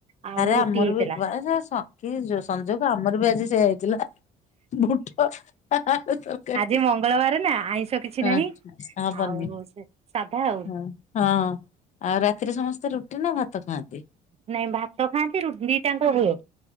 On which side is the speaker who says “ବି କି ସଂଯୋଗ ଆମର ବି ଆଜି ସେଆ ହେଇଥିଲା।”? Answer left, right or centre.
Left